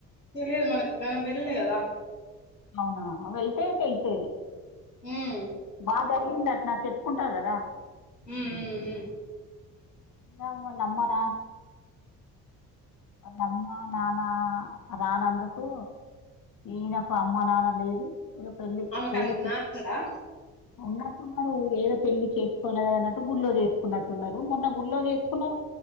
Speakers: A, on the left (about 80°); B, on the left (about 40°).
A: తెలిదు మనకు మనం వెళ్ళలే కదా
B: అవునా వెళ్తే తెలిసేది
A: ఉమ్
B: బాగా జరిగిందా నా చెప్పుకుంటారు కదా
A: ఉ ఉ ఉ
B: ఉమ్మ్ నమ్మరా వాళ్ళ అమ్మ నాన్న రానందుకు ఇనప్ప అమ్మ నాన్న లేదు ఇక పెళ్ళి
A: ఆమెకు
B: ఏదో
A: నాన్నడా
B: ఉన్నట్ మ ఏదో పెళ్లి చేసుకోవలేదూ అన్నట్టు గుళ్ల్లో చేసుకున్నట్టున్నారు మొన్న గుల్లో చేసుకున్నారు